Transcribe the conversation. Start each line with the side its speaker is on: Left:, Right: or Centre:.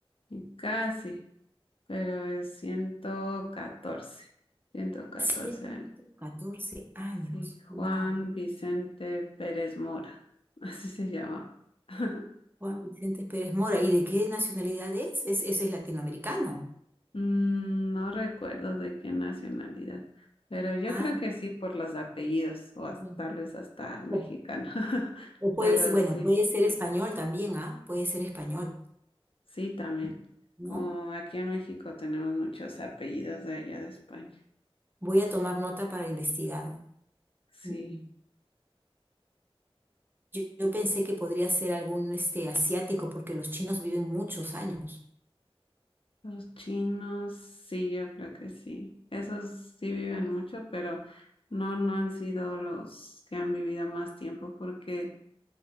Left: y casi. pero es ciento catorce, ciento catorce
Right: ciento
Left: años.
Right: catorce años.
Left: Sí,
Right: Wow.
Left: Juan Vicente Pérez Mora, <laughs> así se llamaba. <laughs>
Right: Juan Vicente Pérez Mora. ¿Y de qué nacionalidad es? Es, ese es latinoamericano.
Left: Mm, No recuerdo de qué nacionalidad, pero yo
Right: Ah,
Left: creo que sí por los apellidos o hasta,
Right: bien.
Left: tal vez hasta mexicano.
Right: O,
Left: <laughs>
Right: o puede
Left: Pero
Right: ser, bueno,
Left: sí,
Right: puede ser español también, ¿ah? Puede ser español,
Left: sí también.
Right: ¿no?
Left: Como aquí en México tenemos muchos apellidos de allá de España.
Right: Voy a tomar nota para investigarlo.
Left: Sí.
Right: Mm. Yo, yo pensé que podría ser algún este, asiático, porque los chinos viven muchos años.
Left: Los chinos, sí, yo creo que sí. Esos sí viven mucho, pero no, no han sido los que han vivido más tiempo, porque